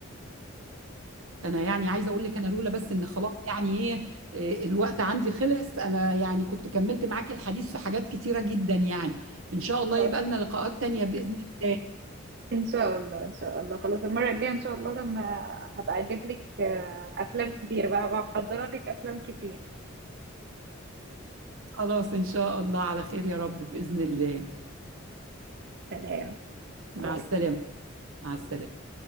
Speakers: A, on the right (about 80°); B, on the right (about 50°).
A: انا يعني عايزه اقول لك انا لولا بس ان خلاص يعني ايه إيه، الوقت عندي خلص انا يعني كنت كملت معاكي الحديث في حاجات كتيره جدا يعني ان شاء الله
B: بس
A: يبقى لنا لقاءات تانية باذن الله
B: ان شاء الله ان شاء الله خلاص المره الجايه ان شاء الله لما هبقى اجيب لك آه، افلام كتير بقى بحضر لك افلام كتير
A: خلاص ان شاء الله على خير يا رب باذن الله
B: سلام
A: مع
B: باي
A: السلامه مع السلامه